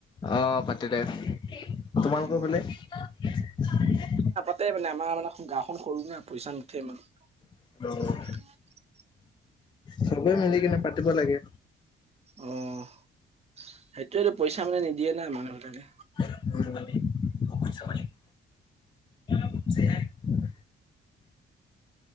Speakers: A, on the left; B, on the right.
A: অ' পাতিলে, তোমালোকৰ
B: অ'
A: ফালে?
B: <unintelligible> মানে আমাৰ মানে গাঁওখন সৰু না পইচা নুঠে মানে।
A: <unintelligible>
B: <unintelligible>
A: চবে মিলি কিনে পাতিব লাগে।
B: অ' সেইটোৱেতো পইচা মানে নিদিয়ে নাই মানুহবিলাকে।
A: <unintelligible> <unintelligible> <unintelligible>